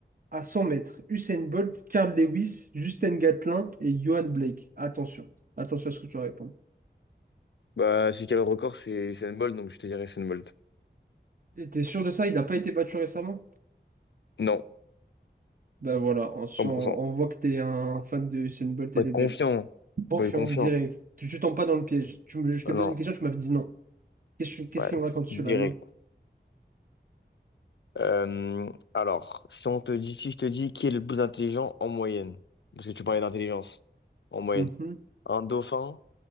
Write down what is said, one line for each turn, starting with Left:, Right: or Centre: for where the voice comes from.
Right: à 100 mètres? Usain Bolt, Carl Lewis, Justin Gatlin et Johan Blake. Attention, attention à ce que tu vas répondre.
Left: Bah, celui qui a le record, c'est Usain Bolt, donc je te dirais Usain Bolt.
Right: Et T'es sûr de ça? Il n'a pas été battu récemment?
Left: Non,
Right: Ben voilà, on, si
Left: 100%.
Right: on- on voit que t'es un fan de Usain Bolt,
Left: Faut
Right: elle
Left: être
Right: est
Left: confiant.
Right: belle. Confiant,
Left: Faut être confiant.
Right: direct. Tu, tu tombes pas dans le piège. Tu me, je
Left: Ah
Right: t'ai posé
Left: non,
Right: une question, tu m'avais dit non. Qu'est-ce que- qu'est-ce
Left: ouais,
Right: qu'il
Left: c'est
Right: me raconte celui-là?
Left: direct.
Right: Non.
Left: Euh, alors, si on te dit, si je te dis qui est le plus intelligent en moyenne, parce que tu parlais d'intelligence, en moyenne,
Right: Mhm.
Left: un dauphin,